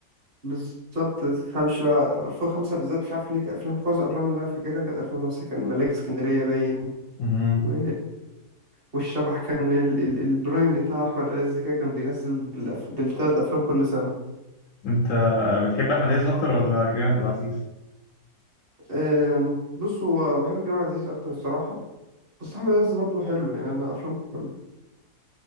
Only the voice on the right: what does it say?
بالظبط متفهمش بقى 2005 بالذات مش عارف ليه كان أفلام معظم الأفلام اللي أنا فاكرها كانت 2005 كان ملاك اسكندرية باين
و... والشبح كان ال... ال... البرايم بتاع أحمد عز كده كان بينزل بالأف... بالتلات أفلام كل سنة
أم... بص هو بحب كريم عبد العزيز أكتر الصراحة بس أحمد عز برضه حلو يعني أنا أفلامه حلو